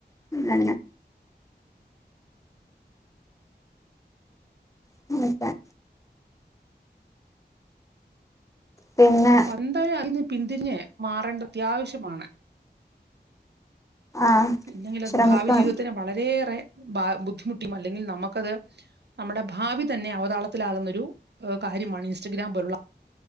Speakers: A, on the left (about 20°); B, on the right (about 75°).
A: <unintelligible> <unintelligible> പിന്നെ
B: അപ്പന്തായാലും അതിന്ന് പിന്തിരിഞ്ഞ് മാറെണ്ടെ അത്യാവശ്യമാണ്.
A: ആഹ്
B: ഇല്ലെങ്കിലത്
A: ശ്രമിക്കാം
B: ഭാവി ജീവിതത്തിന് വളരെയേറെ ബ ബുദ്ധിമുട്ടിയും അല്ലെങ്കിൽ നമ്മക്കത്. നമ്മടെ ഭാവി തന്നെ അവതാളത്തിലാകുന്നൊരു കാര്യമാണ്. ഇൻസ്റ്റഗ്രാം പോലുള്ള.